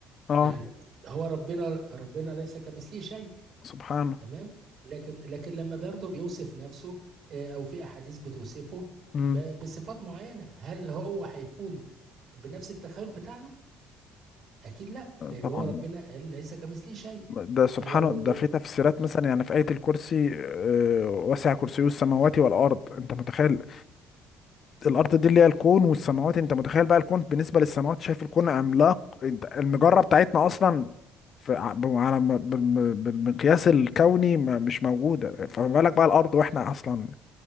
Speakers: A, on the left; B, on the right.
A: اه
B: يعني هو ربنا ربنا ليس كمثله شيء
A: سبحانه
B: تمام لكن لكن لما برضه بيوصف نفسه آه، او في احاديث بتوصفه
A: امم
B: ب- بصفات معينه هل هو هيكون بنفس التخيل بتاعنا اكيد لا لان
A: طبعا
B: هو ربنا قال ليس كمثله شيء
A: ده سبحانه
B: فلو
A: ده في تفسيرات مثلا يعني في آية الكرسي آه، وسع كرسيه السماوات والأرض أنت متخيل الارض دي اللي هي الكون والسماوات انت متخيل بقى الكون بالنسبه للسماوات شايف الكون عملاق انت المجره بتاعتنا اصلا في ع- ب- على م- بالم- بالمقياس الكوني ما- مش موجوده فما بالك بقى الارض واحنا اصلا